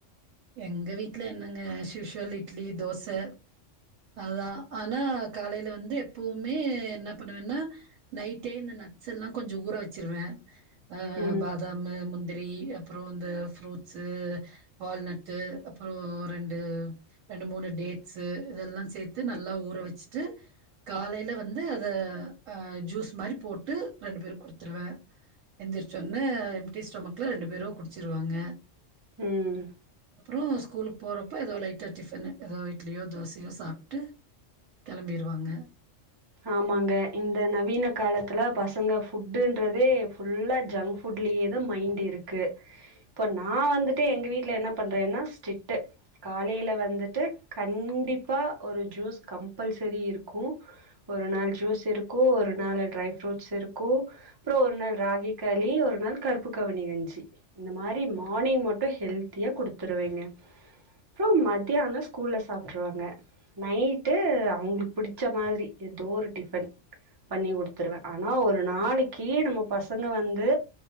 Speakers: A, on the right (about 85°); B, on the right (about 30°).
A: எங்க வீட்டுல என்னங்க அஸ் யூசுவல் இட்லி தோச அதுதா ஆனா காலையில வந்து எப்பவுமே என்ன பண்ணுவேன்னா நைட்டே இந்த நட்ஸ் எல்லா கொஞ்சோ ஊற வச்சிருவே ஆ
B: ம்
A: பாதாமு முந் ந்திரி அப்பறோ இந்த ஃப்ரூட்ஸ்சு வால்நட் ட்டு அப்றோ ரெண்டு ரெண்டு மூணு டேட்ஸசு இதெல்லா சேர்த்து நல்லா ஊற வச்சுட்டு காலையில வந்து அத ஆ ஜூஸ் மாரி போட்டு ரெண்டு பேருக்கு குடுத்துருவே எந்திரிச்சோன்ன டீ ஸ்டோமக்குல ரெண்டு பேரும் குடிச்சுருவாங்க
B: உம்
A: ஊ ஸ்கூலுக்கு போறப்போ ஏதோ லைட்டா டிஃபனு ஏதோ இட்லியோ தோசையோ சாப்பிட்டு கேளம்பிருவாங்க
B: ஆமாங்க இந்த நவீன காலத்துல பசங்க ஃபுட்டுன்றதே ஃபுல்லா ஜங்க் ஃபுட்லயேதா மைண்ட் இருக்கு இப்ப நா வந்துட்டு எங்க வீட்டுல என்ன பண்றேன்னா ஸ்டிட்டு காலையில வந்துட்டு கண்டிப்பா ஒரு ஜூஸ் கம்பல்சரி இருக்கு ஒரு நாள் ஜூஸ் இருக்கு ஒரு நாள் ட்ரை ஃப்ரூட்ஸ் இருக்கு அப்றோ ஒரு நாள் ராகி களி ஒரு நாள் கருப்பு கவுனி கஞ்சி இந்த மாரி
A: ம்.
B: மார்னிங் மட்டு ஹெல்த்திய குடுத்துருவேங்க அப்றோ மதியானோ ஸ்கூல்ல சாப்பிட்ருவாங்க நைட்டு அவங்களுக்கு புடிச்ச மாதிரி ஏதோ ஒரு டிஃபன் பண்ணி குடுத்துருவே ஆனா ஒரு நாளைக்கு நம்ம பசங்க வந்து